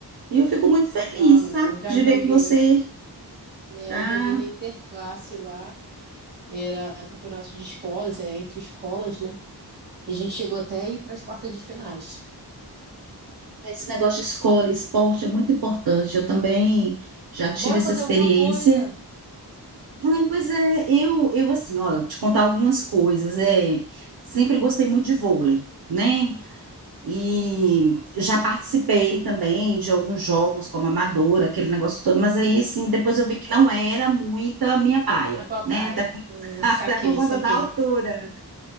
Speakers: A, on the right; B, on the right.
A: E eu fico muito feliz,
B: E, ó, menino,
A: sabe?
B: já
A: De
B: joguei.
A: ver que você
B: É,
A: tá
B: eu joguei na interclasse lá. Era campeonato de escolas, é entre escolas, né? E a gente chegou até a ir para as quartas de finais.
A: tá, esse negócio de escola, e esporte é muito importante. Eu também já tive
B: Bora fazer
A: essa experiência.
B: alguma coisa
A: Ai, pois é, eu eu assim, ó, eu te contar algumas coisas. É, sempre gostei muito de vôlei, né? E já participei também de alguns jogos como amadora, aquele negócio todo, mas aí sim, depois eu vi que não era muita minha praia,
B: na tua praia.
A: né? Até, <laughs>
B: Hum,
A: até
B: saquei,
A: por conta
B: saquei.
A: da altura.